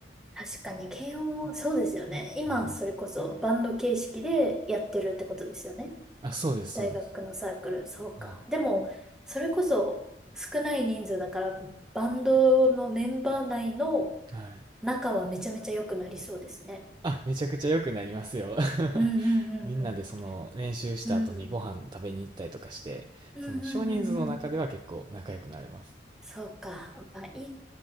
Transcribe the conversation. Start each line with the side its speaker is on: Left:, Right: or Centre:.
Centre: 確かに、軽音、そうですよね。今、
Right: うん
Centre: それこそバンド形式でやってるってことですよね。
Right: あ、そうです、そうです。
Centre: 大学のサークル、そうか。
Right: はい。
Centre: でも、それこそ少ない人数だから、バンドのメンバー内の
Right: はい。
Centre: 仲はめちゃめちゃ良くなりそうですね。
Right: あ、めちゃくちゃ良くなりますよ。<laughs>
Centre: うんうん
Right: みんなでその練習した後にご飯食べに行ったりとかして、
Centre: うんうん。うん。うんうんうんうん。
Right: その少人数の中では結構仲良くなれます。
Centre: そうか。あ、いい